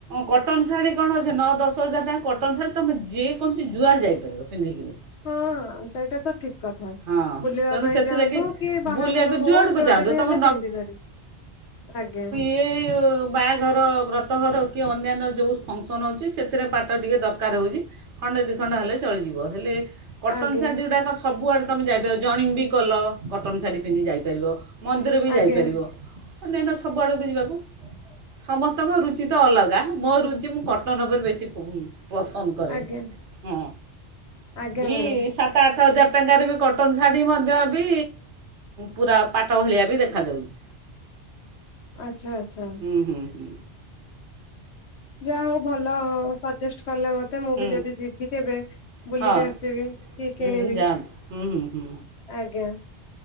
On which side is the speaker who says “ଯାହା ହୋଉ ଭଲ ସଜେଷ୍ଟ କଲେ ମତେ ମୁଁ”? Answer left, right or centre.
Left